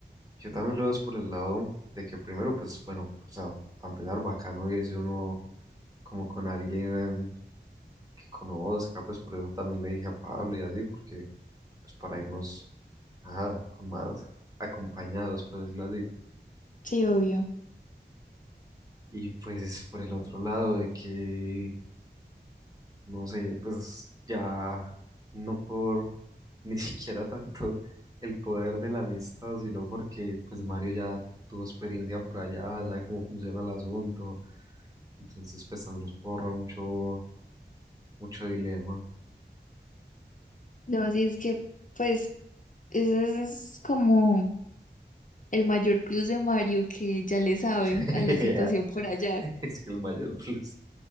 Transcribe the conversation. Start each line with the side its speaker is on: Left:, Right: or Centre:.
Right: yo también lo veo es por el lado de que primero, pues, bueno, o sea, para empezar bacano irse uno como con alguien que conozca, pues por eso también le dije a Pablo y así, porque, pues, para irnos, ajá, con más acompañados, por decirlo así.
Left: Sí, obvio.
Right: Y pues, por el otro lado de que no sé, pues ya no por <laughs> ni siquiera tanto el poder de la amistad, sino porque pues Mario ya tuvo experiencia por allá, sabe cómo funciona el asunto, entonces pues también nos puede ahorrar mucho, mucho dilema.
Left: No, sí, es que, pues, ese es como el mayor plus de Mario, que ya le sabe
Right: <laughs>
Left: a la situación por allá.
Right: Es que el mayor plus.